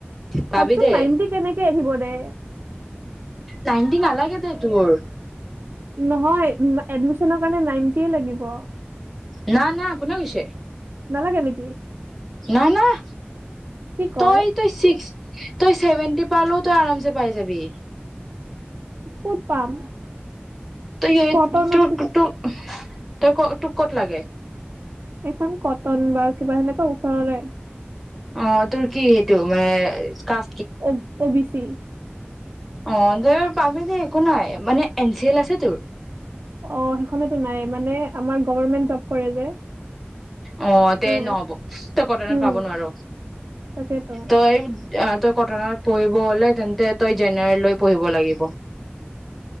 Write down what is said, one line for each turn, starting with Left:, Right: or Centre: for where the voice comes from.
Centre: পাবি
Right: ভাবচোন
Centre: দে
Right: নাইনটি কেনেকে আহিব দে
Centre: নাইনটি নালাগে দে তোৰ
Right: নহয় এদমিচনৰ কাৰণে নাইনটি কি লাগিব
Centre: ন না কোনে কইছে
Right: নালাগে নেকি?
Centre: নাই নাই
Right: কি কয়
Centre: তই তই চিক্স তই ছেভেনটি পালো তই আৰমছে পাই যাবি
Right: ক পাম
Centre: তই
Right: কটনত
Centre: স তোক তোক তই ক তোক ক'ত লাগে
Right: এইখন কটন বা কিবা হেনেকুৱা ওচৰৰে
Centre: অ তোৰ কি সেইটো মানে কা
Right: অ অ বিশ জি
Centre: অ তই পাবি দে একো নাই মানে এন চি এল আছে তোৰ
Right: অ সেইখনেতো নাই মানে আমাৰ গভমেন্ট জব কৰে যে
Centre: অ তে
Right: মানে
Centre: নহ'ব তই কটনত
Right: উম
Centre: পাব নোৱাৰ
Right: তাকেতো
Centre: তই এই অ তই কটনত পঢ়িব হলে তেন্তে তই জেনেৰে লৈ পঢ়িব লাগিব